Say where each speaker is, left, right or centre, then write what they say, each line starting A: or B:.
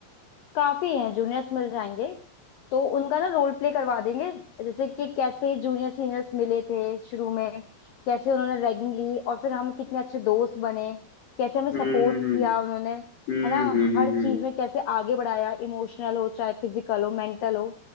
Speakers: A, on the left; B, on the left.
A: काफी हैं जूनियर्स मिल जाएंगे तो उनका ना रोल प्ले करवा देंगे जैसे कि कैसे जूनियर सीनियर्स मिले थे शुरू में कैसे उन्होंने रैगिंग ली और फिर हम कितने अच्छे दोस्त बने कैसे हमें
B: हम्म
A: सपोर्ट किया उन्होंने
B: हम्म
A: है ना
B: हम्म हम्म
A: हर चीज
B: हम्म
A: में कैसे आगे बढ़ाया इमोशनल हो चाहे फिजिकल हो मेंटल हो